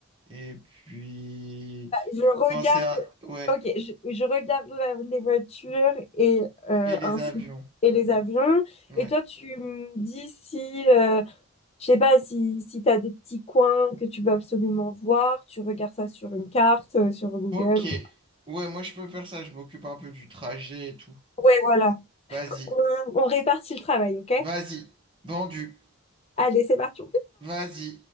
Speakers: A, on the right; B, on the left.
A: et puis...
B: je regarde.
A: Enfin, c'est un- Ouais,
B: Ok, je, je regarde la- les voitures et euh,
A: et les
B: ainsi
A: avions.
B: et les avions.
A: Ouais.
B: Et toi, tu me dis si, euh, je sais pas, si si t'as des petits coins que tu veux absolument voir, tu regardes ça sur une carte, euh, sur Google.
A: Ok.
B: ou-
A: Ouais, moi je peux faire ça, je m'occupe un peu du trajet et tout.
B: Ouais, voilà.
A: Vas-y.
B: On, on répartit le travail, ok?
A: Vas-y. Vendu.
B: Allez, c'est parti.
A: Vas-y.